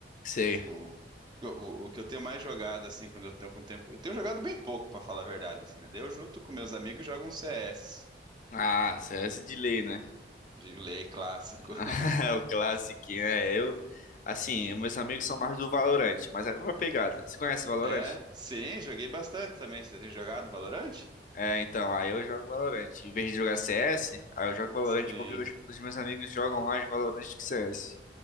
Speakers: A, on the left; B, on the right.
A: sei.
B: O, o, o que eu tenho mais jogado, assim, quando eu tenho com tempo. Eu tenho jogado bem pouco, pra falar a verdade, assim, né? Daí eu junto com meus amigos jogo um CS.
A: Ah, CS de lei, né?
B: De lei clássico.
A: <laughs>
B: <laughs>
A: O clássico, né? Eu, assim, meus amigos são mais do Valorant, mas é a mesma pegada. Você conhece o Valorant?
B: É, sim, joguei bastante também. Você tem jogado Valorant?
A: É, então, aí eu jogo Valorant. Em vez de jogar CS, aí eu jogo Valorant
B: Sim.
A: porque os, os meus amigos jogam mais Valorant que CS.